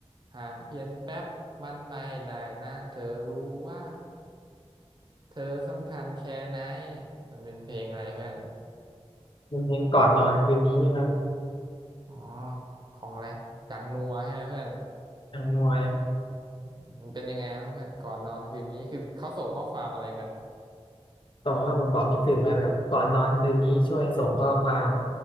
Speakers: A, on the right; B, on the left.
A: ห่างเพียงแป๊บมันไม่ได้นานเธอรู้ว่าเธอสำคัญแค่ไหนมันเป็นเพลงอะไรเพื่อน
B: ็นเพลงก่อนนอนคืนนี้ครับ
A: อ๋อของอะไรดังนัวใช่ไหมเพื่อน
B: ทางนวย
A: อืมมันเป็นยังไงบ้างเพื่อนก่อนนอนคืนนี้คือเขาส่งข้อความอะไรกัน
B: ส่งว่ามาบอกคิดถึงกันแบบก่อนนอนคืนนี้ช่วยส่งข้อความ